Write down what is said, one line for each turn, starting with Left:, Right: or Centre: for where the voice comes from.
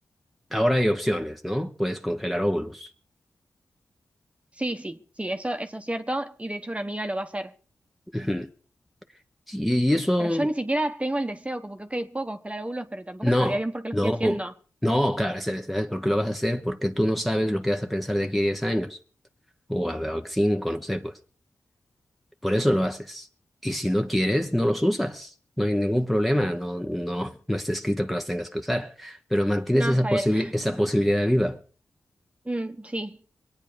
Centre: ahora hay opciones, ¿no? Puedes congelar óvulos.
Right: Sí, sí, sí, eso, eso es cierto, y de hecho una amiga lo va a hacer.
Centre: Ujú. Y, y eso,
Right: Pero yo ni siquiera tengo el deseo, como que, ok, puedo congelar óvulos, pero tampoco
Centre: no,
Right: sabría bien por qué lo
Centre: no,
Right: estoy haciendo.
Centre: no, claro, ¿sabes, sabes por qué lo vas a hacer? Porque tú no sabes lo que vas a pensar de aquí a 10 años, o a a cinco no sé, pues. Por eso lo haces. Y si no quieres, no los usas. No hay ningún problema, no, no, no está escrito que los tengas que usar, pero mantienes
Right: No,
Centre: esa
Right: está
Centre: posibil-
Right: bien.
Centre: esa posibilidad viva.
Right: Mm, sí.